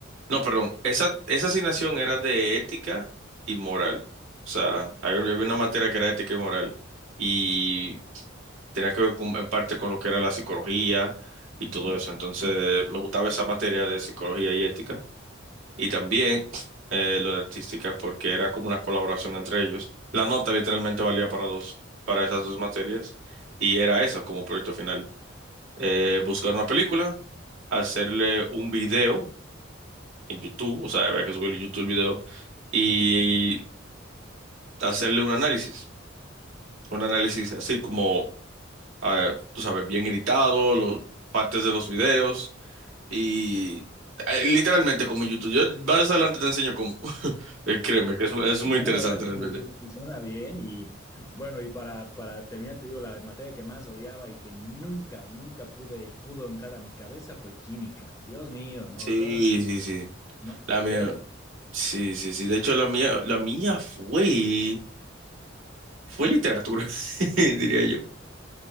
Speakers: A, on the right; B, on the left.
A: No, perdón, esa, esa asignación era de ética y moral. O sea, había había una materia que era ética y moral y tenía que ver con- en parte con lo que era la psicología y todo eso. Entonces, me gustaba esa materia de psicología y ética y también eh, lo de artística, porque era como una colaboración entre ellos. La nota literalmente valía para dos, para esas dos materias, y era eso como proyecto final. Eh, buscar una película, hacerle un video en YouTube, o sea, había que subirle a YouTube el video, y hacerle un análisis, un análisis así como, ah, tú sabes, bien editado, los, partes de los videos Y eh, literalmente como YouTube. Yo más adelante te enseño cómo. <laughs> Eh, Créeme, que es, es
B: No,
A: muy interesante
B: la verdad es
A: realmente.
B: que, que suena bien y bueno, y para, para terminar, te digo, la materia que más odiaba y que nunca, nunca pude, pudo entrar a mi cabeza fue química. Dios mío, no,
A: Sí,
B: ¿cómo me...
A: sí, sí.
B: No
A: La
B: puedo.
A: mía, sí, sí, sí. De hecho, la mía, la mía fue, fue literatura, <laughs> diría yo.